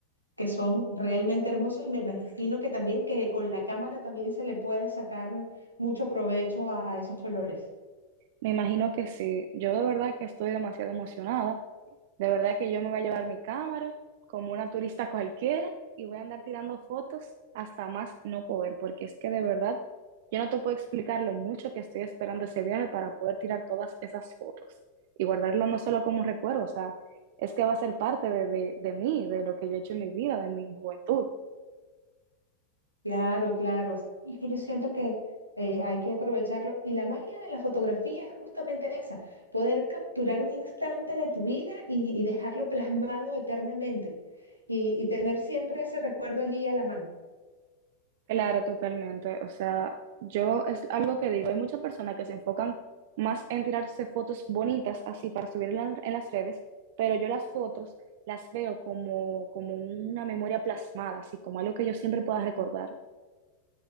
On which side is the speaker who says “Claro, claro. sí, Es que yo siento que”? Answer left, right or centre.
Right